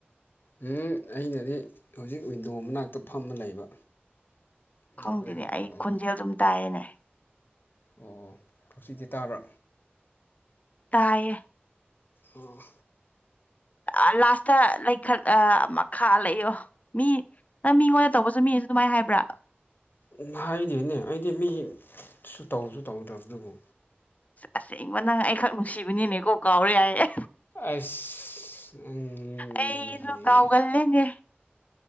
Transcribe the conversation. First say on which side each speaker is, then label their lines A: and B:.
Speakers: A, on the left; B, on the left.
A: ꯍꯝ ꯑꯩꯅꯗꯤ ꯍꯧꯖꯤꯛ ꯋꯤꯟꯗꯣ ꯃꯅꯥꯛꯇ ꯐꯝꯃ ꯂꯩꯕ ꯋꯤꯟꯗꯣ
B: ꯈꯪꯗꯦꯅꯦ
A: ꯂꯣꯏ ꯍꯥꯡꯗꯣꯛꯑꯒ
B: ꯑꯩ ꯈꯣꯟꯖꯦꯜ ꯑꯗꯨꯝ ꯇꯥꯏꯌꯦꯅꯦ
A: ꯑꯣ ꯍꯧꯖꯤꯛꯇꯤ ꯇꯥꯕ꯭ꯔꯥ
B: ꯇꯥꯏꯌꯦ
A: ꯑꯣ
B: ꯑ ꯂꯥꯁꯇ ꯂꯩꯈꯠ ꯑ ꯃꯈꯥ ꯂꯩꯌꯣ ꯃꯤ ꯅꯪ ꯃꯤꯉꯣꯟꯗ ꯇꯧꯕꯁꯨ ꯃꯤꯅꯁꯨ ꯑꯗꯨꯃꯥꯏꯅ ꯍꯥꯏꯕ꯭ꯔꯥ
A: ꯎ ꯍꯥꯏꯗꯤꯅꯦ ꯑꯩꯗꯤ ꯃꯤꯁꯨ ꯇꯧꯁꯨ ꯇꯧꯗꯕꯗꯨꯕꯨ
B: ꯑꯁꯦꯡꯕ ꯅꯪ ꯑꯩꯈꯛ ꯅꯨꯡꯁꯤꯕꯅꯤꯅꯦꯀꯣ ꯀꯥꯎꯔꯦ ꯍꯥꯏꯌꯦ
A: ꯑꯁ ꯅꯪꯁꯤꯗꯤ
B: ꯑꯩꯁꯨ ꯀꯥꯎꯒꯜꯂꯦꯅꯦ